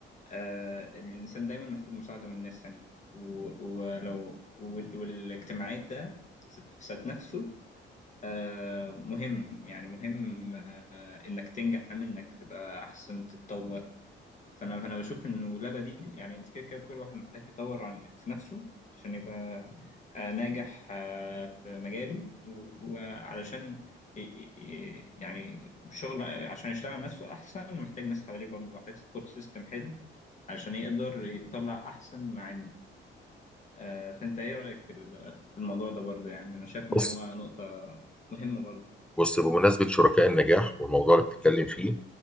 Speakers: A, on the left; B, in the centre.
A: آه، الإنسان دايما محتاج مساعدة من الناس تانية و- ولو وال- والاجتماعية ده ست- في ذات نفسه آه، مهم يعني مهم آه، إنك تنجح مهم إنك تبقى أحسن تتطور فانا فانا بشوف انه لا بديل يعني انت كده كده كل واحد محتاج يطور عن في نفسه عشان يبقى آه، ناجح آه، في مجاله و- وعلشان ي- ي- ي- يعني شغل عشان يشتغل على نفسه احسن محتاج ناس حواليه برضه محتاج سبورت سيستم حلو علشان يقدر يطلع احسن ما عنده آه، فانت ايه رايك في ال- في الموضوع ده برضه يعني انا شايف ان
B: بص
A: هو نقطة مهمة برضه
B: بص بمناسبه شركاء النجاح والموضوع اللي بتتكلم فيه